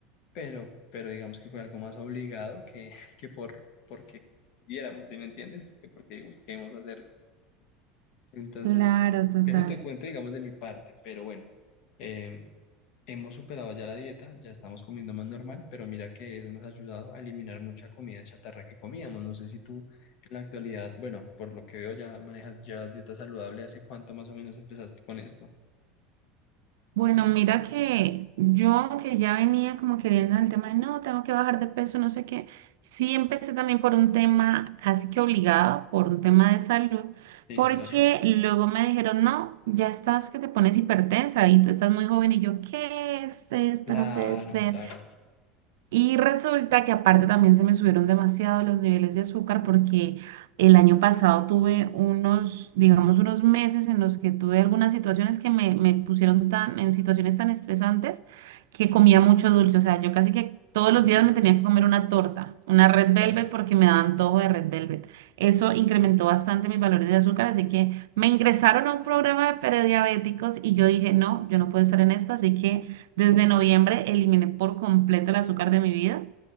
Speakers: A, on the left; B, on the right.
A: pero, pero digamos que fue algo más obligado que, <laughs> que por, porque quisiéramos, ¿sí me entiendes? Que porque busquemos hacerlo. Entonces,
B: claro, total.
A: eso te cuento, digamos, de mi parte, pero bueno, eh, hemos superado ya la dieta, ya estamos comiendo más normal, pero mira que eso nos ha ayudado a eliminar mucha comida chatarra que comíamos. No sé si tú en la actualidad, bueno, por lo que veo ya manejas, llevas dieta saludable, ¿hace cuánto más o menos empezaste con esto?
B: Bueno, mira que yo, aunque ya venía como queriendo el tema de no, tengo que bajar de peso, no sé qué, sí empecé también por un tema casi que obligado, por un tema de salud,
A: Sí,
B: porque
A: claro.
B: luego me dijeron, no, ya estás que te pones hipertensa y tú estás muy joven y yo, ¿qué es esto?
A: Claro,
B: No puede ser.
A: claro.
B: Y resulta que aparte también se me subieron demasiado los niveles de azúcar porque el año pasado tuve unos, digamos, unos meses en los que tuve algunas situaciones que me, me pusieron tan, en situaciones tan estresantes que comía mucho dulce. O sea, yo casi que todos los
A: Sí,
B: días me tenía que comer una torta, una Red
A: claro.
B: Velvet porque me daba antojo de Red Velvet. Eso incrementó bastante mis valores de azúcar, así que me ingresaron a un programa de prediabéticos y yo dije, no, yo no puedo estar en esto, así que... Desde noviembre eliminé por completo el azúcar de mi vida.